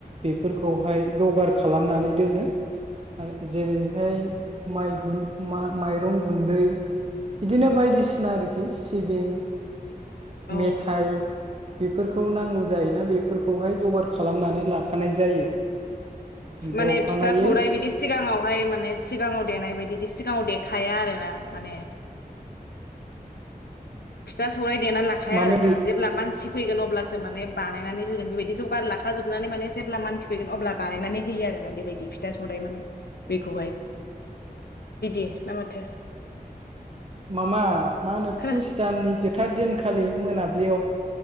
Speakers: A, on the right (about 40°); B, on the left (about 85°).
A: बेफोरखौहाय जगार खालामनानै। दोनो आरो जेरैहाय। माइ गुन माइरं गुन्दै बिदिनो बायदिसिना आरोखि सिबिं।
B: औ
A: मेथाइ बेफोरखौ नांगौ जायोना। बेफोरखौहाय जगार खालामनानै लाखानाय जायो। ओमफ्राय
B: माने
A: अखानायै
B: फिथा सौराइ बिदि सिगाङावहाय माने सिगाङाव देनाय बायदि दि सिगाङाव देखाया आरोना माने जा सौराय देना लाखाया
A: माम
B: आरोना जेब्ला मानसि फैगोन अब्लासो माने बानायनानै होगोन बेबायदि जगार लाखा जोबनानै माने जेब्ला मानसि फैगोन अब्ला बानायनानै होयो आरोना बेबायदि फिथा सौराइ माने बेखौहाय बिदि ना माथो?
A: मामा मा होनो
B: खोना
A: पुष दाननि जोब था दिनखालि मोनाब्लियाव